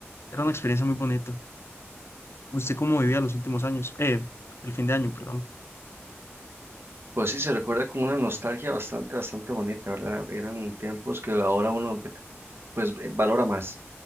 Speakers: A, on the left; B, on the right.
A: era una experiencia muy bonita. ¿Usted cómo vivía los últimos años? Eh, el fin de año, perdón.
B: Pues sí, se recuerda con una nostalgia bastante, bastante bonita, ¿verdad? Eran tiempos que ahora uno empe- pues eh, valora más.